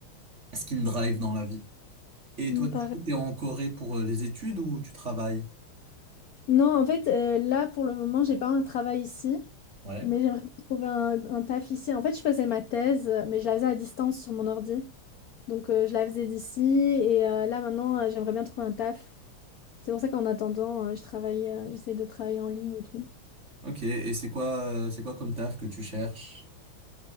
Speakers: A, on the right; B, on the left.
A: ce qui me drive dans la vie. Et
B: Mm,
A: toi, du
B: Pareil.
A: coup, t'es en Corée pour euh, les études ou tu travailles?
B: Non, en fait, euh, là, pour le moment, j'ai pas un travail ici,
A: Ouais.
B: mais j'aimerais bien trouver un, un taf ici. En fait, je faisais ma thèse, euh, mais je la faisais à distance sur mon ordi. Donc, euh, je la faisais d'ici, et euh, là, maintenant, euh, j'aimerais bien trouver un taf. C'est pour ça qu'en attendant, euh, je travaille, euh, j'essaye de travailler en ligne et tout.
A: Ok, et c'est quoi, euh, c'est quoi comme taf que tu cherches?